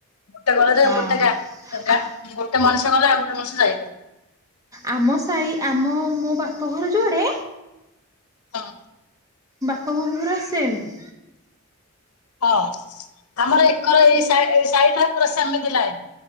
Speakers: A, on the left (about 90°); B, on the right (about 15°).
A: ଗୋଟେ ଗଳି ଯେ
B: ଆଉ
A: ଗୋଟେ ଗା
B: ହଁ
A: ଗା ଗୋଟେ ମଣିଷ ଗଲେ ଆଉ ଗୋଟେ ମଣିଷ ଯାଇ ହବ।
B: ଆମ ସାହି ଆମ ମୋ ବାପ ଘର ଯୁଆଡେ
A: ହଁ
B: ବାପ ଘର ପୁରା ସେମିତି।
A: ହଁ ଆମର ଏକର ଏଇ ସା ଏଇ ସାଇ ଟା ପୁରା ସେମିତି ଲାଇନ